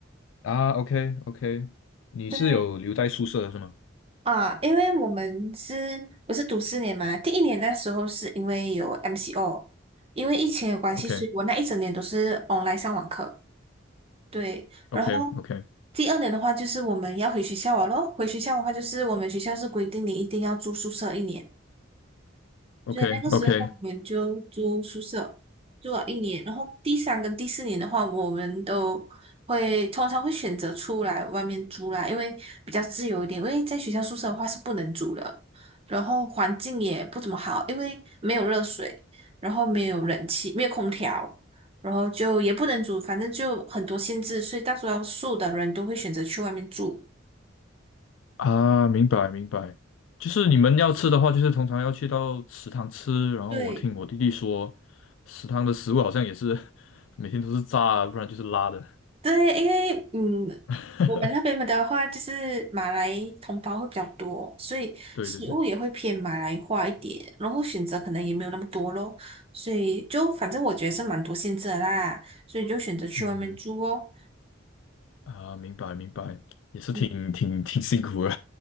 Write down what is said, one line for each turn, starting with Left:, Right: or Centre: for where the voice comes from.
Left: 啊，OK OK，你是有留在宿舍的是吗
Right: 对啊，因为我们是我是读四年嘛，第一年那时候是因为有 MCO，因为疫情的关系，
Left: ？OK
Right: 所以我那一整年都是 online 上网课。对，然后
Left: OK OK
Right: 第二年的话，就是我们要回学校了咯。回学校的话，就是我们学校是规定你一定要住宿舍一年，
Left: OK
Right: 所以那个时候我们就住宿舍，
Left: OK。
Right: 住了一年。然后第三跟第四年的话，我们都会通常会选择出来外面租啦，因为比较自由一点。因为在学校宿舍的话是不能租的，然后环境也不怎么好，因为没有热水，然后没有冷气，没有空调，然后就也不能煮，反正就很多限制，所以大多数的人都会选择去外面住。
Left: 啊，明白明白，就是你们要吃的话，就是通常要去到食堂吃。然后我听我弟弟说，
Right: 对。
Left: 食堂的食物好像也是 <laughs> 每天都是炸的，不然就是拉的。
Right: 对，因为嗯，
Left: <laughs>
Right: 我们那边的话就是马来同胞会比较多，所以食物也会偏马来化一点，
Left: 对对对，
Right: 然后选择可能也没有那么多咯，所以就反正我觉得是蛮多限制的啦，所以就选择去外面住哦。
Left: 嗯啊，明白明白，挺挺挺辛苦的，
Right: 嗯，